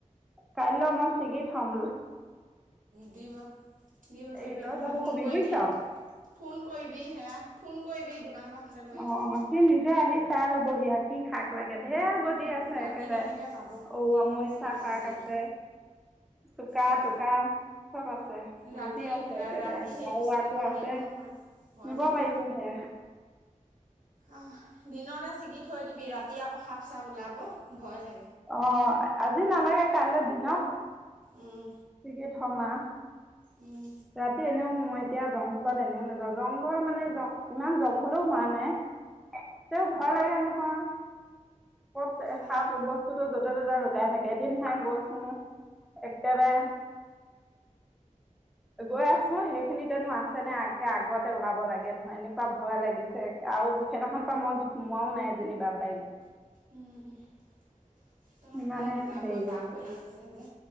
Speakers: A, in the centre; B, on the right.
A: কাইলৈ মই চিঙি থম।
B: দি দি পঠিয়াবি
A: হেৰি লৈ
B: নহ'লে
A: যাব
B: ফোন
A: কবি
B: কৰিবি
A: বুজিছ
B: ফোন কৰিবি হে ফোন কৰিবি। দোকানৰ পৰা আহোঁতে লৈ
A: অ
B: আহিব
A: সি নিজে আহ চাই ল'বহিয়া কি শাক লাগে। ধেৰ গজি আছে
B: ৰাতি
A: একেবাৰে
B: কেনেকৈ পাব
A: অ
B: দিনতে
A: মৰিচা
B: ছিগি থ'ব
A: শাক
B: লাগিব
A: আছে চোকা
B: হয়
A: টোকা চব আছে
B: ৰাতি
A: গজি আছে একেবাৰে
B: ৰাতি সেই
A: লাৰু
B: ছিগিব
A: আকৌ আছে
B: নোৱাৰিব নহয় ভয়
A: নিব
B: লাগে
A: পাৰিবহে।
B: আহ দিনতে ছিগি থৈ দিবি ৰাতি আকৌ সাপ চাপ ওলাব ভয় লাগে।
A: অ আজি নালাগে কাইলে দি ন?
B: উম
A: ঠিকে। <inaudible>
B: উম
A: ৰাতি এনেও মই এতিয়া জংঘলত এনেও জংঘল মানে ইমান জংঘলও হোৱা নাই। তেওঁ ভয় লাগে নহয়, কত
B: আহ
A: সা বসু বস্তুো য'তে ত'তে লুকাই থাকে, এদিন হে গৈছো, একেবাৰে, গৈ আছো সেইখিনিতেনো আছে ন আগে আগতে ওলাব লাগে নহয়, এনেকুৱা ভয় লাগিছে আৰু সেইদিনাখন পৰা মই হোমোৱাও নাই যেনিবা বাৰীত।
B: <inaudible> তহঁতৰ
A: সিমানে
B: ঠাইত ওলাবই
A: হেৰি
B: বাঁহ
A: আছে।
B: বাৰী যে